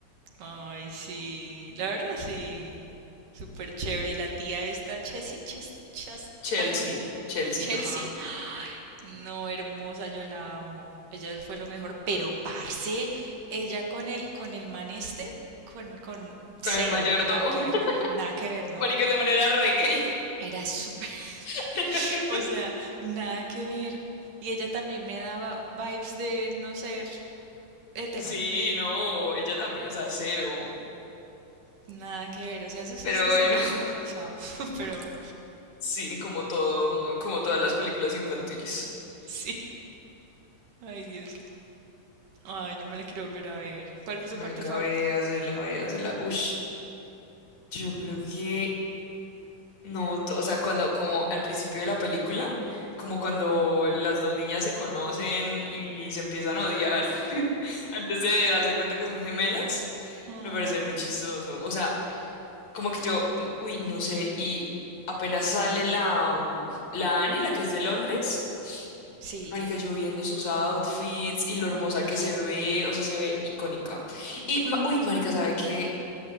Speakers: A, on the right; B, on the left.
A: Ay, sí. La verdad, sí. Súper chévere. Y la tía esta, Chessy, Chesty, Chas,
B: Chelsea,
A: algo así.
B: Chelsea,
A: Chelsea,
B: ajá.
A: ay, no, hermosa, yo la amo. Ella fue lo mejor, pero parce, ella con el con el man este, con con cero,
B: Con el mayordomo.
A: nada que ver,
B: <laughs>
A: nada que ver, ¿no?
B: Marica de manera reggae.
A: Era súper, <laughs>
B: <laughs>
A: o sea, nada que ver. Y ella también me daba vibes de no ser hetero,
B: Sí, no, ella también, o sea, cero.
A: nada que ver. O sea, eso sí
B: Pero
A: se
B: bueno,
A: sintió
B: <laughs>
A: un poco forzado, <laughs> pero
B: sí, como todo, como todas las películas infantiles.
A: sí. Ay, Dios. Ay, yo me la quiero volver a ver. ¿Cuál fue
B: Marica,
A: su parte favorita?
B: véasela, véasela. Ush, yo creo que No, to- o sea, cuando, como al principio de la película, como cuando las dos niñas se conocen y se empiezan a odiar <laughs> antes de darse cuenta que son gemelas,
A: Ajá.
B: me parece muy chistoso. O sea, como que yo, uy, no sé, y apenas sale la, mm, la Annie, la que es de Londres,
A: Sí.
B: marica, yo viendo sus outfits y lo
A: Uf.
B: hermosa que se ve, o sea, se ve icónica. Y, ma- uy, marica, ¿sabe qué?